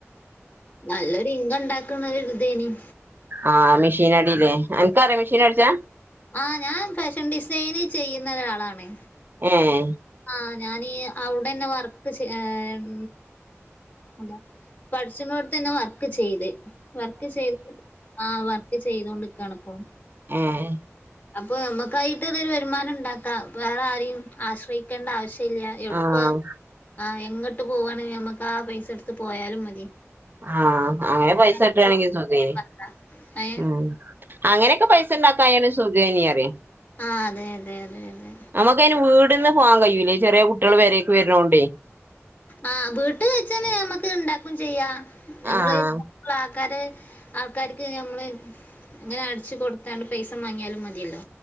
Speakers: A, on the left (about 30°); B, on the right (about 45°).
A: നല്ലൊരു ഇൻകം ഇണ്ടാക്കുന്ന ഒരു ഇതേനിം
B: ആഹ് മെഷീൻ അടില്ലേ. അനക്കറിയോ മെഷീൻ അടിച്ചാൻ?
A: ആഹ് ഞാൻ ഫാഷൻ ഡിസൈനി ചെയ്യുന്ന ഒരാളാണ്
B: ഏഹ്
A: ആ ഞാനീ അവിടെന്നെ വർക്ക് ചെ ഏ എം അല്ല പഠിച്ച്ന്നടുത്തന്നെ വർക്ക് ചെയ്ത് വർക്ക് ചെയ്ത് ആ വർക്ക് ചെയ്തോണ്ടിക്കയാണ്പ്പളും
B: ഏഹ്
A: അപ്പൊ നമ്മക്കായിട്ട് ഇതരു വരുമാനം ഉണ്ടാക്കാം വേറെ ആരെയും ആശ്രയിക്കേണ്ട ആവശ്യ ട്ടില്ല എവിട്ക്ക്
B: ആഹ്
A: ആ എങ്ങട്ട് പോവാണലും നമ്മക്ക് ആ പൈസ എടുത്ത് പോയാലും മതി
B: ആഹ് അങ്ങനെ പൈസ
A: വേറെ
B: കിട്ടാണെങ്കി
A: ആരോടും
B: സുഖേയ്ന്
A: ഏ
B: ഉം അങ്ങനെയൊക്കെ പൈസ ഉണ്ടാക്കായാണ് സുഖേയ്നിം
A: ആ അതെ അതെ അതെ അതെ
B: നമക്കയിന് വീട്ന്ന് പോവാൻ കഴിയൂല്ലേ ചെറിയ കുട്ടികള് പെരേക്ക് വരണോണ്ടേ
A: ആഹ് വീട്ട് വെച്ചന്ന ഞമ്മക്ക് ഇണ്ടാക്കു ചെയ്യാ നമ്മള്
B: ആഹ്
A: ള്ള ആൾക്കാര് ആൾക്കാർക്ക് ഞമ്മള് ഇങ്ങനെ അടിച്ച് കൊടുത്തണ്ട് പൈസ മാങ്ങിയാലും മതിയല്ലോ